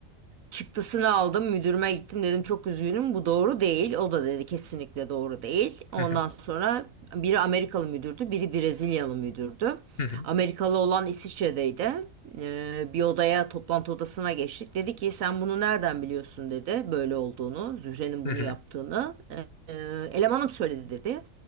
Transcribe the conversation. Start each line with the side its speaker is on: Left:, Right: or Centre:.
Right: Çıktısını aldım müdürüme gittim dedim çok üzgünüm bu doğru değil. O da dedi kesinlikle doğru değil. Ondan
Left: Hı hı,
Right: sonra biri Amerikalı müdürdü biri Brezilyalı müdürdü.
Left: hı hı.
Right: Amerikalı olan İsviçre'deydi. Ee, bir odaya toplantı odasına geçtik. Dedi ki sen bunu nereden biliyorsun dedi böyle olduğunu Zühre'nin bunu
Left: Hı hı,
Right: yaptığını. Ee, elemanım söyledi dedi.